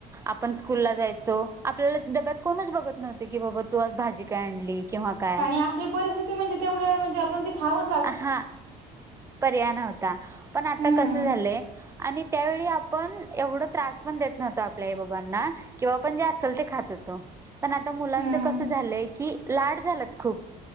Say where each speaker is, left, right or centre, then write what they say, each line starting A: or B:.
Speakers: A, on the right (about 15°); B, on the right (about 85°).
A: आपण स्कूलला जायचो आपल्याला डब्यात कोणच बघत नव्हतं की बाबा तू आज भाजी काय आणली? किंवा काय
B: आणि आपली परिस्थिती म्हणजे तेवढ्या म्हणजे आपण ती खावं
A: हां पर्याय नव्हता, पण आता
B: हम्म
A: कसं झालंय आणि त्यावेळी आपण एवढं त्रास पण देत नव्हतो आपल्या आई बाबांना. किंवा आपण जे असेल ते खात होतो पण आता मुलांचं
B: हम्म
A: कसं झालंय की लाड झाल्यात खूप.